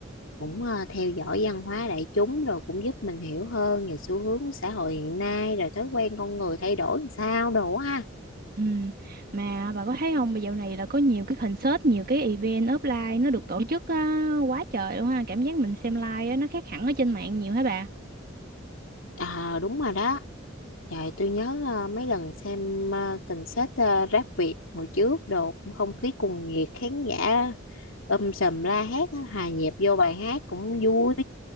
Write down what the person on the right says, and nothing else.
Ừm, mà bà có thấy không bây giờ này là có nhiều cái concert nhiều cái event offline nó được tổ chức á, quá trời luôn ha cảm giác mình xem live á, nó khác hẳn ở trên mạng nhiều hả bà